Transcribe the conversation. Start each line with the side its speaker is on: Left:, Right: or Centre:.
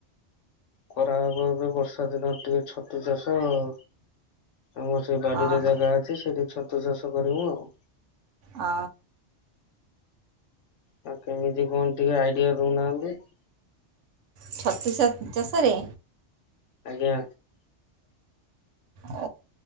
Left: କରାହବ ଏବେ ବର୍ଷା ଦିନ ଟିକେ ଛତୁ ଚାଷ ଆଉ। ଆମର ସେଇ ବାଡିରେ
Right: ଓହୋ
Left: ଜାଗା ଅଛି ସେଠି ରତ ଚାଷ କରିବୁ ଆଉ।
Right: ଆ
Left: ଆଉ କେମିତି କଣ ଟିକେ ଆଇଡିଆ ଦଉନାହାନ୍ତି।
Right: ଛତି ଚାଷରେ
Left: ଆଜ୍ଞା।
Right: ଓ